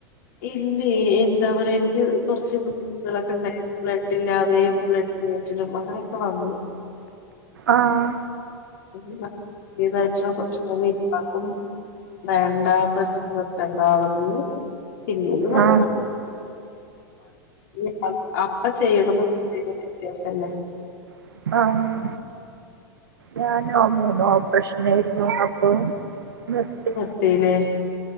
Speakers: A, on the left; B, on the right.
A: ഇല്ല എന്താ പറയാ എനിക്ക് കുറച്ച് ബുദ്ധിമുട്ടുകളൊക്കെ ഉണ്ടായി ബ്ലഡ് ഇല്ലാതെയും ബ്ലഡ് കറ്റലും അങ്ങനെയൊക്കെ വന്നു
B: ആഹ്
A: പുതിയതായിട്ടുള്ള പ്രശ്ന ഇണ്ടാക്കും വേണ്ട പ്രസവം നിർത്തണ്ട എന്ന് പറഞ്ഞ് പിന്നീം
B: ആ
A: <unintelligible> അപ്പൊ ചെയ്യണം വ്യത്യാസല്ലേ
B: ആഹ് ഞാൻ ആഹ് മൂന്നോ ഓപ്രേശൻ ആയിരുന്നു അപ്പൊ നിർത്തി
A: <unintelligible>